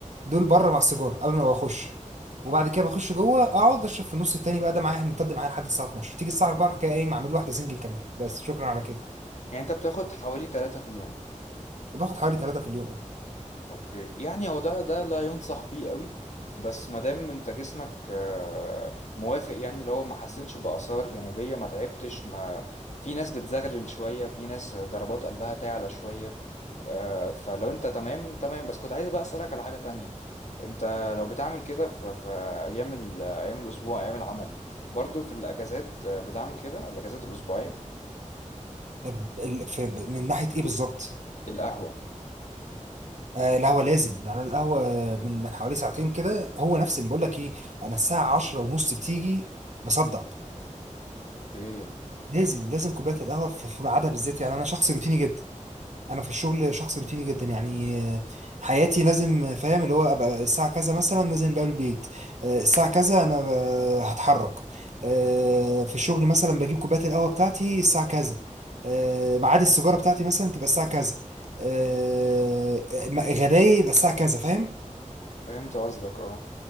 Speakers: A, on the right; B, on the left.
A: دول بره مع السيجاره قبل ما بخش وبعد كده بخش جوه اقعد اشرب في النص التاني بقى ده معايا ممتد معايا لحد الساعه 12 تيجي الساعه 4 اروح جاي قايم اعمل واحده سنجل كمان بس شكرا على كده
B: يعني انت بتاخد حوالي تلاتة في اليوم
A: باخد حوالي ثلاثه في اليوم
B: اوكي يعني هو ده ده لا ينصح بيه قوي بس ما دام انت جسمك آه، موافق يعني اللي هو ما حسيتش بآثار جانبية ما تعبتش ما في ناس بتزغلل شوية في ناس ضربات قلبها تعلى شوية آه، فلو انت تمام تمام بس كنت عايز بقى أسألك على حاجة تانية انت لو بتعمل كده في في ايام ال- ايام الاسبوع ايام العمل برضو في الاجازات آه، بتعمل كده الاجازات الاسبوعية
A: ب- ال- في- ب- من ناحيه ايه بالظبط
B: القهوة
A: آه القهوة لازم يعني أنا القهوة من من حوالي ساعتين كده هو نفس اللي بقول لك ايه انا الساعة 10 ونص بتيجي بصدع
B: اوكي
A: لازم لازم كوباية القهوة في في ميعادها بالذات يعني انا شخص روتيني جدا انا في الشغل شخص روتيني جدا يعني آه، حياتي لازم آه، فاهم اللي هو ابقى الساعة كذا مثلا نازل بقى البيت آه، الساعة كذا انا آه، هتحرك آه، في الشغل مثلا بجيب كوباية القهوة بتاعتي الساعة كذا آه، ميعاد السيجارة بتاعتي مثلا تبقى الساعة كذا آه، غدايا يبقى الساعة كذا فاهم
B: فهمت قصدك اه